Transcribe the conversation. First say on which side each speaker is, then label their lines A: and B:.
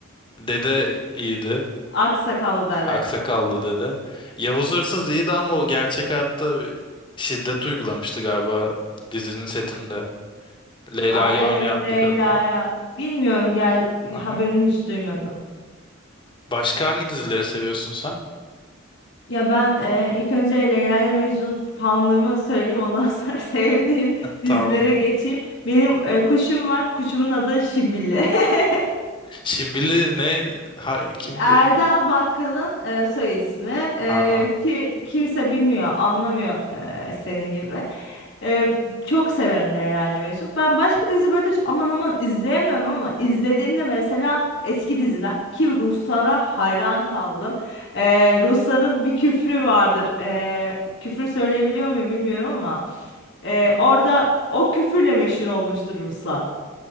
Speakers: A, on the left; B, on the left.
A: Dede iyiydi.
B: Aksakallı bebe.
A: Aksakallı dede. Yavuz Hırsız iyiydi ama o gerçek hayatta bir şiddet uygulamıştı galiba dizinin setinde. Leyla'yı
B: Aa, evet
A: oynayan
B: Leyla'ya.
A: bir kadına.
B: Bilmiyorum gel
A: Aha.
B: haberini hiç duymadım.
A: Başka hangi dizileri seviyorsun sen?
B: Ya ben e, ilk önce Leyla ile Mecnun fanlığımı söyleyeyim ondan sonra <laughs> sevdiğim dizilere
A: Tamam.
B: geçeyim. Benim e, kuşum var. Kuşumun adı Şimbille. <laughs>
A: Şimbili ne? Ha, kimdi?
B: Erdal Bakkal'ın e, soy ismi E,
A: Ha,
B: ki kimse bilmiyor, anlamıyor e, senin gibi. E, çok severim Leyla ile Mecnun. Ben başka dizi böyle hiç aman aman izleyemiyorum ama izlediğimde mesela eski diziler ki Ruslara hayran kaldım. E, Rusların bir küfrü vardır. E, küfür söyleyebiliyor muyum bilmiyorum ama e, orada o küfürle meşhur olmuştur Ruslar.